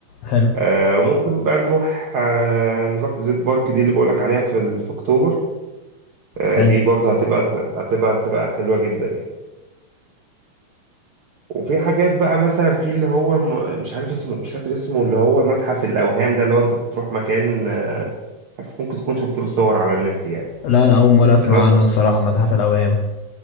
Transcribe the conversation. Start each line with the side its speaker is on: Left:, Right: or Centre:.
Left: حلو
Right: آه، وممكن بقى نروح آه، نروح زيت بارك دي اللي بقولك عليها في ال- في اكتوبر آه،
Left: حلو
Right: دي برضه هتبقى هتبقى هتبقى حلوة جدا يعني وفي حاجات بقى مثلا في اللي هو م- مش عارف اسمه مش فاكر اسمه اللي هو متحف الأوهام ده اللي هو انت بتروح مكان آه، عارف ممكن تكون شفت له صور على النت يعني
Left: لا أنا أول مرة أسمع
Right: اللي هو
Left: عنه الصراحة متحف الأوهام